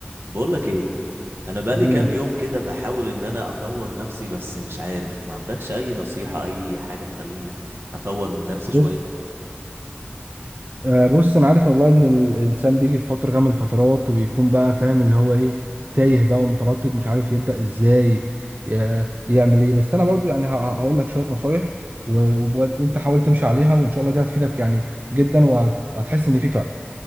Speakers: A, on the right (about 75°); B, on the right (about 50°).
A: بقولك ايه انا بقالي
B: ايه
A: كام يوم كده بحاول ان انا اطور نفسي بس مش عارف ما عندكش اي نصيحة اي حاجة تخليني اطور من نفسي شوية
B: بص آه بص انا عارف والله ان الانسان بيجي في فتره كامل الفترات وبيكون بقى فاهم اللي هو ايه تايه بقى ومتردد مش عارف يبدا ازاي ي- يعمل ايه بس انا برضو يعني ه- ه- هقول لك شويه نصايح و- وبجد انت حاول تمشي عليها وان شاء الله دي هتفيدك يعني جدا وهتحس ان في فرق